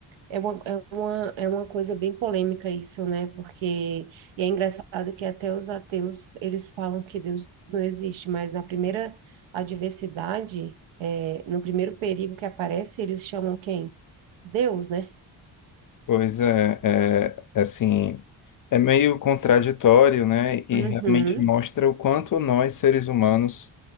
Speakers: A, on the right (about 85°); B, on the left (about 45°).
A: é uma, é uma, é uma coisa bem polêmica isso, né? Porque, e é engraçado que até os ateus, eles falam que Deus não existe, mas na primeira adversidade, é, no primeiro perigo que aparece, eles chamam quem? Deus, né?
B: Pois é, é, assim, é meio contraditório, né? E
A: Uhum.
B: realmente mostra o quanto nós, seres humanos,